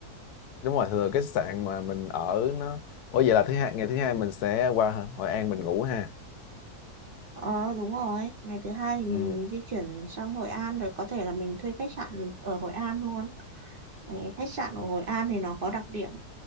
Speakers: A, on the left; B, on the right.
A: đúng rồi thường cái sạn mà mình ở nó Ủa vậy là thứ hai ngày thứ hai mình sẽ qua Hội An mình ngủ ha
B: Ờ đúng rồi, ngày thứ hai thì mình
A: ừ
B: di chuyển sang Hội An rồi có thể là mình thuê khách sạn ở Hội An luôn. Đấy, khách sạn ở Hội An thì nó có đặc điểm